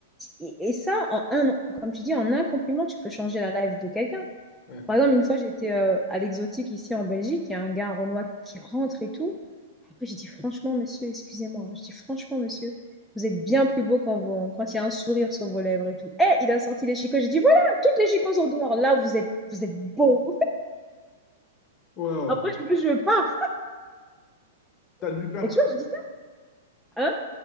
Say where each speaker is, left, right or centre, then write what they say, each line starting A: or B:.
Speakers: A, in the centre; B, on the left (about 35°).
A: Et, et ça, en un, comme tu dis, en un compliment, tu peux changer la life de quelqu'un.
B: Ouais.
A: Par exemple, une fois, j'étais euh, à l'exotique ici en Belgique, il y a un gars renois qui rentre et tout. Après, j'ai dit, franchement, monsieur, excusez-moi, hein. je dis, franchement, monsieur, vous êtes bien plus beau quand, vous, quand il y a un sourire sur vos lèvres et tout. Et il a sorti les chicots, j'ai dit, voilà, toutes les chicots sont dehors, là, vous êtes, vous êtes beau.
B: Wow.
A: <laughs> Après, je, me- je pars.
B: T'as dû faire...
A: Et tu vois, je dis ça.